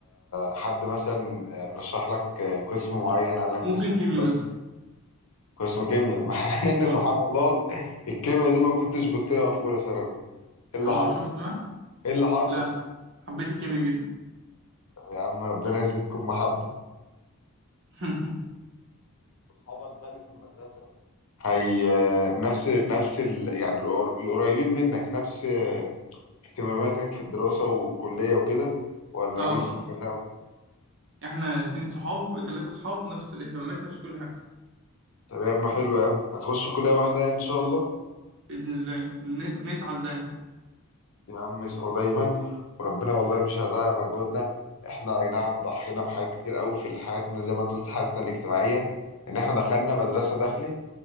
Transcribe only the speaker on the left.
حد مثلا آه، رشح لك قسم معين قال لك
قسم
ده كويس
قسم كيمياء <laughs> مع ان
سبحان الله الكيمياء دي ما كنتش بتطيقها في اولى ثانوي ايه اللي
حصل
ايه اللي حصل
يا عم ربنا يزيدكم محبه
واصحابك بقى اللي في المدرسه هي نفس نفس ال... يعني القر- القريبين منك نفس اهتماماتك في الدراسة والكلية وكده ولا ناويين
تفرقوا؟
طب يا عم حلو يا عم هتخشوا كلية واحدة يعني إن شاء الله
يا عم اسعوا دايما وربنا والله مش هيضيع مجهودنا احنا أي نعم ضحينا بحاجات كتير قوي في حياتنا زي ما انت قلت حياتنا الاجتماعية إن احنا دخلنا مدرسة داخلي